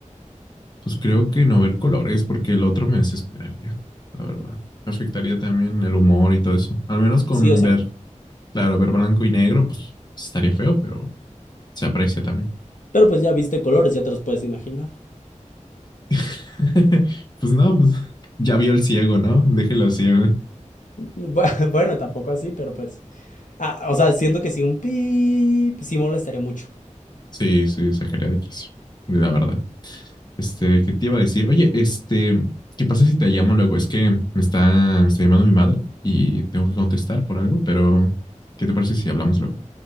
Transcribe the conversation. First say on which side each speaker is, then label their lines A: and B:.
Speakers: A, on the left; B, on the left.
A: Pues creo que no ver colores porque el otro me desesperaría, la verdad. Me afectaría también el humor y todo eso. Al menos con
B: Sí, o sea,
A: ver,
B: cu-
A: claro, ver blanco y negro, pues estaría feo, pero se aprecia también.
B: pero pues ya viste colores, ya te los puedes imaginar.
A: <laughs> Pues no, pues ya vio el ciego, ¿no? Déjelo ciego.
B: Bu- <laughs> Bueno, tampoco así, pero pues. Ah, o sea, siento que sí, un pi sí molestaría mucho.
A: Sí, sí, X, la verdad. Este, ¿qué te iba a decir? Oye, este, ¿qué pasa si te llamo luego? Es que me está, me está llamando mi madre y tengo que contestar por algo, pero ¿qué te parece si hablamos luego?